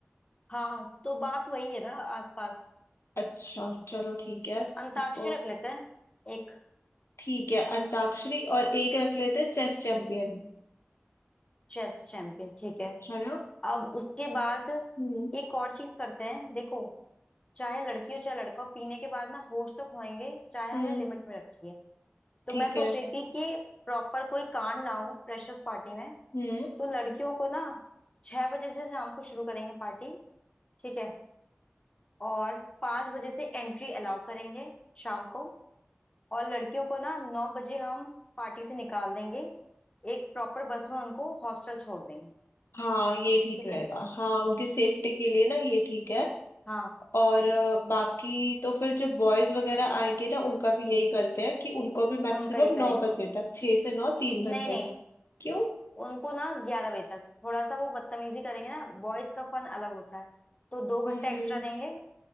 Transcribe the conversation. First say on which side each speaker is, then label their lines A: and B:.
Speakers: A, on the left; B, on the left.
A: हाँ तो बात वही है ना आसपास
B: अच्छा चलो ठीक है
A: अंताक्षरी
B: इसको
A: रख लेते हैं एक
B: ठीक है अंताक्षरी और एक रख लेते हैं चेस चैंपियन
A: चेस चैंपियन ठीक है
B: है ना
A: अब उसके बाद
B: हम्म
A: एक और चीज करते हैं देखो चाहे लड़की हो चाहे लड़का हो पीने के बाद ना होश तो खोएंगे चाहे
B: हम्म
A: हमने लिमिट में रखी है तो
B: ठीक
A: मैं सोच
B: है
A: रही थी कि प्रॉपर कोई कांड ना हो फ्रेशर्स पार्टी में
B: हम्म
A: तो लड़कियों को ना छह बजे से शाम को शुरू करेंगे पार्टी ठीक है और पांच बजे से एंट्री अलाउ करेंगे शाम को और लड़कियों को ना नौ बजे हम पार्टी से निकाल देंगे एक प्रॉपर बस में उनको हॉस्टल छोड़ देंगे
B: हाँ ये ठीक
A: ठीक
B: रहेगा
A: है
B: हाँ उनकी सेफ्टी के लिए ना ये ठीक है
A: हाँ
B: और अ, बाकी तो फिर जो बॉयज वगैरह आएंगे ना उनका भी यही करते हैं कि उनको भी मैक्सिमम
A: उनका ये
B: नौ
A: करेंगे
B: बजे तक छह से नौ तीन
A: नहीं
B: घंटे
A: नहीं
B: क्यों
A: उनको ना ग्यारह बजे तक थोड़ा सा वो बदतमीजी करेंगे ना बॉयज का फन अलग होता है तो दो
B: हम्म
A: घंटा एक्स्ट्रा देंगे